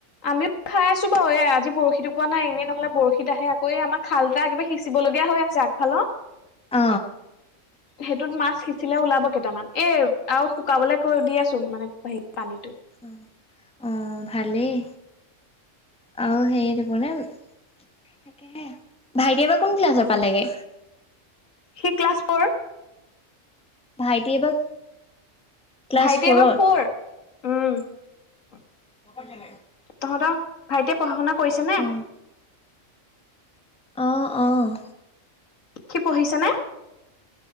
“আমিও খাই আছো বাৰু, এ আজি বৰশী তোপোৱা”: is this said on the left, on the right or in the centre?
Left